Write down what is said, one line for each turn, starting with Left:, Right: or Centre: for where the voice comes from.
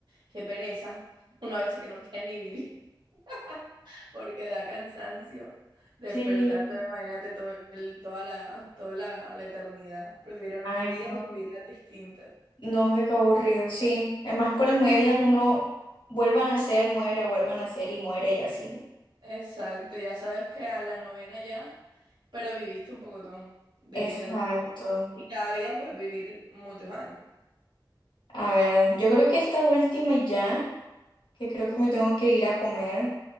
Right: Qué pereza. Una vez que no quiere ni vivir <laughs> porque da cansancio. Despertarse,
Left: Sí.
Right: ahora imagínate todo el- toda la, toda la, la eternidad. Prefiero nueve
Left: Ay,
Right: vidas
Left: no.
Right: y vivirlas distintas.
Left: No, hombre, qué aburrido. Sí. Además, con las nueve vidas uno vuelva a nacer, muere, vuelva a nacer y muere y así.
Right: Exacto, ya sabes que a la novena ya, pero viviste un pocotón de
Left: Exacto.
Right: vidas distintas. Y cada vida puedes vivir muchos años.
Left: A ver, yo creo que esta última y ya, que creo que me tengo que ir a comer.